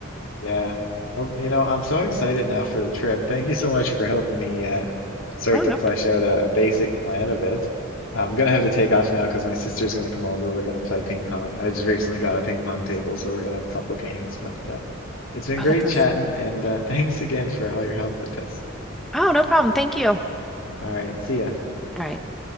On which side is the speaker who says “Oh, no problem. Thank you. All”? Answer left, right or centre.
Centre